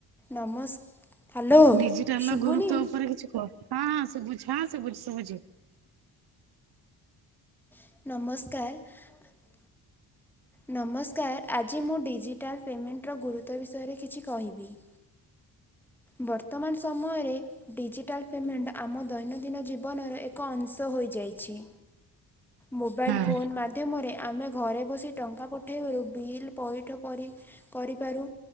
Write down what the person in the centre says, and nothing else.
ନମସ୍କ ହ୍ୟାଲୋ
ଶୁଭୁନି
ନମସ୍କାର। ନମସ୍କାର ଆଜି ମୁଁ ଡିଜିଟାଲ୍ ପେମେଣ୍ଟର ଗୁରୁତ୍ୱ ବିଷୟରେ କିଛି କହିବି। <inaudible> ବର୍ତ୍ତମାନ ସମୟରେ ଡିଜିଟାଲ ପେମେଣ୍ଟ ଆମ ଦୈନନ୍ଦିନ ଜୀବନର ଏକ ଅଂଶ। ହୋଇଯାଇଛି। ମୋବାଇଲ
ଫୋନ୍ ମାଧ୍ୟମରେ ଆମେ ଘରେ ବସି ଟଙ୍କା ପଠାଇବାରୁ ବିଲ୍ ପଇଠ ପରି କରି କରିପାରୁ